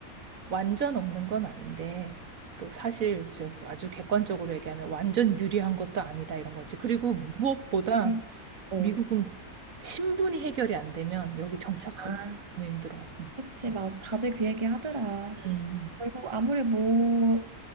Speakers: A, on the right; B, on the right.
A: 완전 없는 건 아닌데 또 사실 저 아주 객관적으로 얘기하면 완전 유리한 것도 아니다 이런 거지. 그리고 무엇보다
B: 그치. 어.
A: 미국은 신분이 해결이 안 되면 여기 정착하기
B: 아,
A: 너무 힘들어. 응.
B: 그치, 맞아. 다들 그 얘기 하더라.
A: 음,
B: 결국 아무리 뭐,